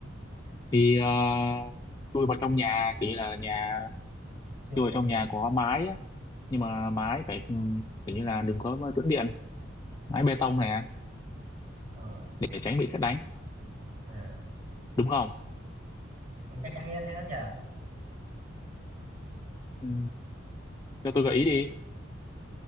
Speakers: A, on the left; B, on the right.
A: thì ờ, chui vào trong nhà kiểu như là nhà
B: chưa
A: chui
B: vào
A: vào
B: trong
A: trong
B: nhà
A: nhà
B: hả
A: có mái á. nhưng mà mái phải ừ, kiểu như là đừng có dẫn điện mái bê tông này
B: ờ
A: để tránh bị sét đánh
B: à
A: đúng không
B: ông chắc chắn với đáp án đó chưa
A: ừ, cho tôi gợi ý đi